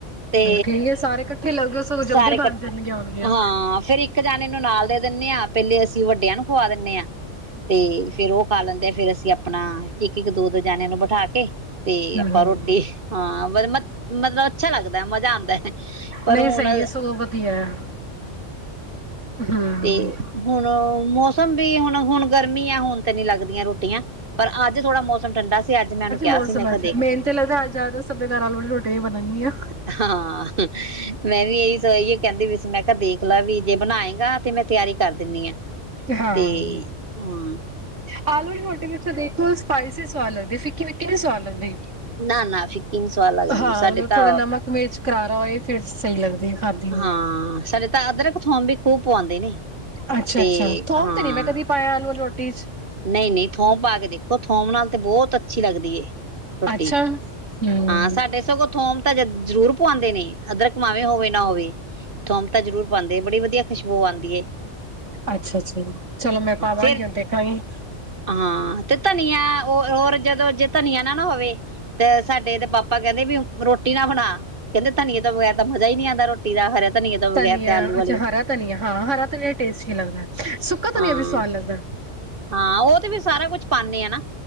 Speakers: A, on the right (about 45°); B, on the right (about 75°).
A: ਤੇ
B: ਠੀਕ ਹੈ ਸਾਰੇ ਇਕੱਠੇ ਲੱਗਦੇ ਸਗੋਂ
A: ਸਾਰੇ
B: ਜਲਦੀ
A: ਕੱਠੇ
B: ਬਣ ਜਾਣਗੀਆਂ ਹੋਣਗੀਆਂ।
A: ਹਾਂ, ਫੇਰ ਇੱਕ ਜਾਣੇ ਨੂੰ ਨਾਲ ਦੇ ਦਿੰਦੇ ਹਾਂ। ਪਹਿਲੇ ਅਸੀਂ ਅਸੀ ਵੱਡਿਆਂ ਨੂੰ ਖਵਾ ਦਿੰਦੇ ਹਾਂ ਤੇ ਫੇਰ ਉਹ ਫਿਰ ਅਸੀਂ ਆਪਣਾ ਇੱਕ ਇੱਕ ਦੋ ਦੋ ਜਣਿਆਂ ਨੂੰ ਬਿਠਾ ਕੇ ਤੇ
B: ਹੂੰ,
A: ਆਪਾਂ ਰੋਟੀ ਹਾਂ ਮਤਲਬ ਅੱਛਾ ਲੱਗਦਾ, ਮਜਾ ਆਉਦਾ। ਪਰ
B: ਨਹੀਂ
A: ਹੁਣ
B: ਸਹੀ
A: ਹਾਂ
B: ਹੈ ਸਗੋਂ ਵਧੀਆ ਹੈ। ਹੂੰ,
A: ਤੇ ਹੁਣ ਮੌਸਮ ਵੀ ਹੁਣ ਹੁਣ ਗਰਮੀ ਆ ਹੁਣ ਤਾਂ ਨੀ ਲਗਦੀਆਂ ਰੋਟੀ ਪਰ ਅੱਜ ਥੋੜਾ ਮੌਸਮ ਠੰਡਾ ਸੀ, ਅੱਜ ਮੈ ਉਸਨੂੰ ਕਿਹਾ
B: ਮੌਸਮ
A: ਸੀ, ਮੈਂ ਕਿਹਾ
B: ਅੱਛਾ
A: ਦੇਖ,
B: ਮੈਨੂੰ ਤੇ ਲੱਗਦਾ ਅੱਜ ਜ਼ਿਆਦਾ ਸਭ ਦੇ ਘਰ ਆਲੂ ਵਾਲੀ ਰੋਟੀਆਂ ਹੀ ਬਣਨਗੀਆਂ।
A: ਹਾਂ ਮੈਂ ਵੀ ਇਹੀ ਕਹਿੰਦੀ ਪਈ ਸੀ, ਮੈਂ ਕਿਹਾ ਦੇਖ ਡੋਕਲਾ ਵੀ ਜੇ ਬਣਾਏਗਾ ਤੇ ਮੈਂ ਤਿਆਰੀ ਕਰ ਦਿੰਦੀ ਆ।
B: ਹਾਂ।
A: ਤੇ ਹਾਂ।
B: ਆਲੂ ਦੀ ਰੋਟੀ ਵਿੱਚ ਬਿਲਕੁਲ ਤਿੱਖੀ ਸਵਾਦ ਲੱਗਦੀ, ਫਿੱਕੀ ਫਿੱਕੀ ਨੀ ਸਵਾਦ ਲੱਗਦੀ।
A: ਨਾ ਨਾ ਫਿੱਕੀ ਨੀ ਸਵਾਦ ਲੱਗਦੀ
B: ਹਾਂ,
A: ਸਾਡੇ
B: ਮਤਲਬ
A: ਤਾਂ
B: ਥੋੜਾ ਨਮਕ ਮਿਰਚ ਕਰਾਰਾ ਹੋਏ ਫਿਰ ਸਹੀ ਲੱਗਦੀ। ਖਾਧੀ ਨੂੰ।
A: ਹਾਂ, ਸਾਡੇ ਤਾਂ ਅਦਰਕ, ਥੋਮ ਵੀ ਖੂਬ ਪਵਾਉਂਦੇ ਨੇ
B: ਅੱਛਾ,
A: ਤੇ
B: ਅੱਛਾ ਥੋਮ
A: ਹਾਂ
B: ਤੇ ਨੀ ਮੈਂ ਕਦੀ ਪਾਇਆ ਆਲੂ <unintelligible>
A: ਨਹੀਂ ਨਹੀਂ ਥੋਮ ਪਾ ਕੇ ਦੇਖੋ, ਥੋਮ ਨਾਲ ਤੇ ਬਹੁਤ ਅੱਛੀ ਲੱਗਦੀ ਰੋਟੀ,
B: ਅੱਛਾ, ਹੂੰ।
A: ਹਾਂ ਸਾਡੇ ਸਗੋਂ ਥੋਮ ਤਾਂ ਜ਼ਰੂਰ ਪਵਾਉਂਦੇ ਨੇ, ਅਦਰਕ ਭਾਵੇ ਹੋਵੇ ਨਾ ਹੋਵੇ, ਥੋਮ ਤਾਂ ਜ਼ਰੂਰ ਪਾਉਦੇ, ਬੜੀ ਵਧੀਆ ਖੁਸ਼ਬੂ ਆਉਂਦੀ ਹੈ।
B: ਅੱਛਾ, ਅੱਛਾ ਚਲੋ ਮੈਂ ਪਾਵਾਂਗੀ
A: ਫੇਰ
B: ਹੁਣ ਦੇਖਾਂਗੀ।
A: ਹਾਂ ਤੇ ਧਨੀਆ ਉਹ ਹੋਰ ਜਦੋਂ ਧਨੀਆ ਨਾ ਨਾ ਹੋਵੇ। ਤੇ ਸਾਡੇ ਇਹਦੇ ਪਾਪਾ ਕਹਿੰਦੇ ਵੀ ਰੋਟੀ ਨਾ ਬਣਾ, ਕਹਿੰਦੇ ਧਨੀਏ ਤੋਂ ਬਗੈਰ ਤਾਂ ਮਜ਼ਾ ਹੀ ਨਹੀਂ ਆਉਂਦਾ, ਰੋਟੀ ਦਾ ਹਰੇ ਧਨੀਏ ਤੋਂ
B: ਧਨੀਆ
A: ਬਗੈਰ ਤੇ ਆਲੂ ਵਾਲੀ,
B: ਅੱਛਾ ਹਰਾ ਧਨੀਆ ਹਾਂ ਹਰਾ ਧਨੀਆ ਟੇਸਟੀ ਲੱਗਦਾ ਸੁੱਕਾ ਧਨੀਆ
A: ਹਾਂ
B: ਵੀ ਸਵਾਦ ਲੱਗਦਾ
A: ਹਾਂ, ਉਹ ਤੇ ਵੀ ਸਾਰਾ ਕੁਛ ਪਾਣੇ ਆ ਨਾ